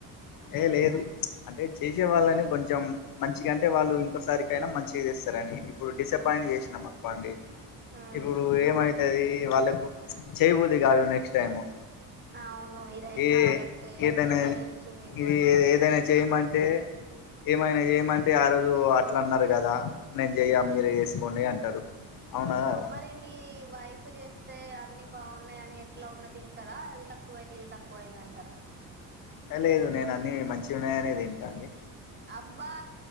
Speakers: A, on the left (about 50°); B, on the right (about 20°).
A: ఏ లేదు అంటే చేసే వాళ్ళని కొంచెం మంచిగ వాళ్ళు ఇంకోసారి కైనా మంచి చేస్తరు అని ఇప్పుడు డిసపాయింట్
B: మ్మ్
A: చేసినం అనుకోండి
B: మ్మ్
A: ఇప్పుడు ఏమై అది వాళ్ళకు చెయ్య బుద్ధి కాదు నెక్స్ట్ టైము
B: అవును ఇదయితే
A: ఏ
B: కరెక్టే
A: ఏదైనా
B: ఎట్లా తెలుసు మీకు
A: ఇది
B: అని అడుగుతున్నా
A: ఏదైనా చేయమంటే ఏమైనా ఏమంటే ఆ రోజు అట్ల అన్నారు కదా నేను చెయ్య మీరే చేసుకోండి అంటారు అవునా కదా
B: అ మరి మీ వైఫ్ చేస్తే అన్ని బాగున్నాయి అని ఎట్లా ఉన్న తింటార తక్కువ అయింది ఇది తక్కువ అయింది అంటర
A: లేదు నేను అన్ని మంచి ఉన్నాయనే తింటా అండి
B: అబ్బా